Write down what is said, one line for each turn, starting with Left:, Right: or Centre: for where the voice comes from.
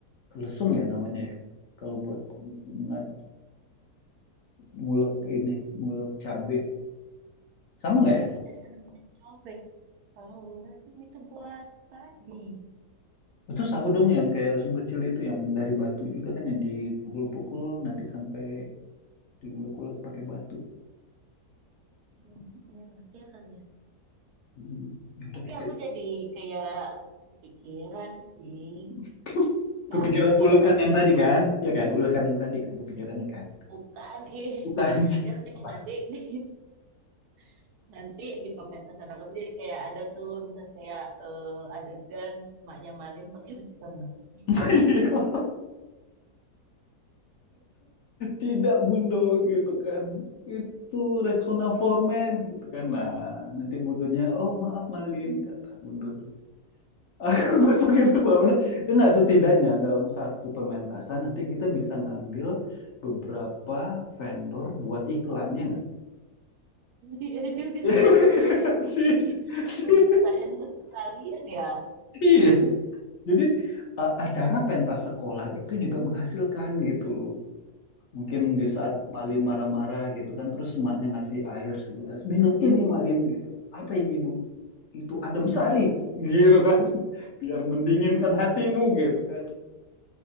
Left: lesung ya namanya ya. Kalau buat ngad- ngulek ini, ngulek cabe. Sama nggak ya?
Right: Beda namanya cobek. Kalau lurus ini tuh buat tadi
Left: Itu apa dong yang kayak lesung kecil itu yang dari batu juga kan yang dipukul-pukul nanti sampai diulek-ulek pakai batu.
Right: Hmm, ya iya kali ya.
Left: Hmm, ya udah
Right: Tapi
Left: deh.
Right: aku jadi kayak kepikiran sih.
Left: <laughs> Kepikiran
Right: Ya, jadi
Left: ulekan
Right: kayak nanti
Left: yang tadi
Right: di
Left: kan? Ya kan, ulekan yang tadi kan kepikirannya kan.
Right: pemasukan ih.
Left: Bukan. <laughs>
Right: Ya mesti kayak nanti di, <laughs> nanti di pementasan aku tuh jadi kayak ada tuh misalnya kayak eh, adegan maknya Malin pakai sana. <laughs>
Left: Iya. tidak Bundo gitu kan itu Rexona Foreman gitu kan nah nanti Bundonya oh maaf Malin kata Bundonya <laughs> aku gosokin Rexona Eh, enggak setidaknya dalam satu pementasan nanti kita bisa ngambil beberapa vendor buat iklan ya enggak
Right: Iya juga
Left: <laughs>
Right: sih.
Left: si,
Right: <laughs>
Left: si.
Right: Jadi saya sekalian ya.
Left: Iya. Jadi eh, acara pentas sekolah itu juga menghasilkan gitu loh Mungkin di
Right: <laughs>
Left: saat Malin marah-marah gitu kan, terus emaknya ngasih air segelas, minum ini Malin gitu. Apa ini Ibu? Itu adem sari gitu kan. <laughs> Biar mendinginkan hatimu gitu kan.